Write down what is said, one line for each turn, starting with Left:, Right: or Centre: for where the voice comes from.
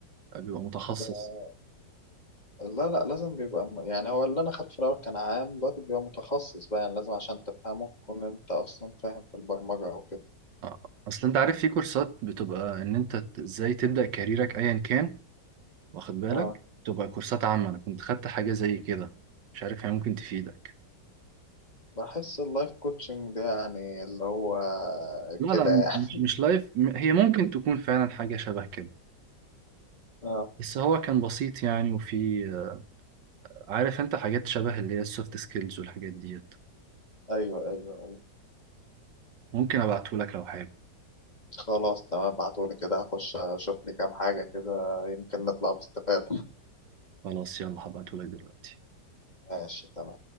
Right: بيبقى متخصص
Left: ب- لا لا لازم بيبقى م- يعني هو اللي انا خدته في الاول كان عام دلوقتي بيبقى متخصص بقى يعني لازم عشان تفهمه تكون انت اصلا فاهم في البرمجة او كده
Right: آه، اصل انت عارف في كورسات بتبقى ان انت ازاي تبدأ كاريرك ايا كان واخد بالك
Left: اه
Right: تبقى كورسات عامة أنا كنت خدت حاجة زي كده مش عارف هي ممكن تفيدك
Left: بحس اللايف كوتشنج ده يعني اللي هو
Right: لا
Left: كده
Right: لا
Left: يعني
Right: مش مش لايف م- هي ممكن تكون فعلا حاجة شبه كده
Left: <laughs> اه
Right: بس هو كان بسيط يعني وفي آه، عارف انت حاجات شبه اللي هي السوفت سكيلز والحاجات ديت
Left: ايوه ايوه ايوه
Right: ممكن ابعتهولك لو حابب
Left: خلاص تمام ابعتولي كده هخش اشوف لي كام حاجة كده يمكن نطلع باستفادة
Right: خلاص يلا هبعتهولك دلوقتي
Left: ماشي تمام